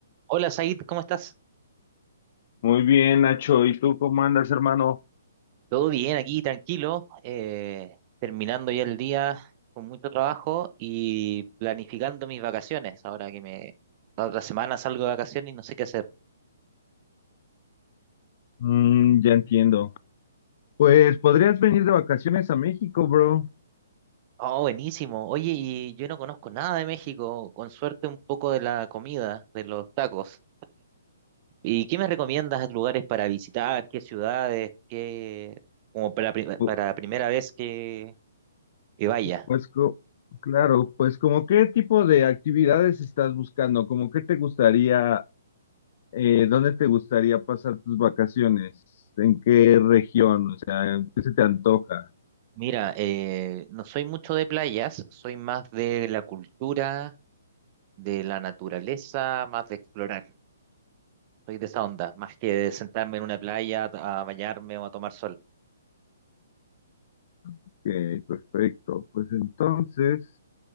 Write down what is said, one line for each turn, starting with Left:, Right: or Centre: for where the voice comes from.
Right: Hola Said, ¿cómo estás?
Left: Muy bien, Nacho. ¿Y tú cómo andas, hermano?
Right: Todo bien aquí, tranquilo, eh, terminando ya el día con mucho trabajo y planificando mis vacaciones. Ahora que me la otra semana salgo de vacaciones y no sé qué hacer.
Left: Mm, ya entiendo. Pues podrías venir de vacaciones a México, bro.
Right: Oh, buenísimo. Oye, y yo no conozco nada de México, con suerte un poco de la comida, de los tacos. ¿Y qué me recomiendas lugares para visitar? ¿Qué ciudades? ¿Qué como para, pri-
Left: Pu-
Right: para primera vez que, que vaya?
Left: Pues co- claro, pues como qué tipo de actividades estás buscando, como qué te gustaría, eh, dónde te gustaría pasar tus vacaciones, en qué región, o sea, qué se te antoja.
Right: Mira, eh, no soy mucho de playas, soy más de la cultura, de la naturaleza, más de explorar. Soy de esa onda, más que de sentarme en una playa a, bañarme o a tomar sol.
Left: Ok, perfecto. Pues entonces.